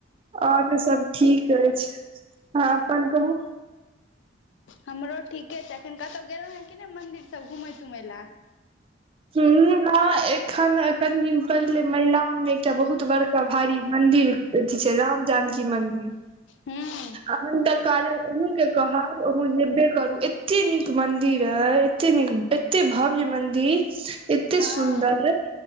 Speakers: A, on the right; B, on the left.
A: आओर तऽ सब ठीक अछि अहां अपन कहू
B: हमरो ठीके छै एखन कतौह गेलहुँ हेँ कि नय मंन्दिर सब घुमय तुमय लए
A: ह नय एखन कनि दिन पहिले महिलाम मे एकटा बहुत बड़का भरी मंदिर अथी छै राम जानकी मंन्दिर
B: हूँ
A: अहन तऽ कार अहूंके कहब अहूँ जेबे करू एते नीक मंदिर अई एते नीक एते भव्य मंदिर एते
B: हँ
A: सुन्दर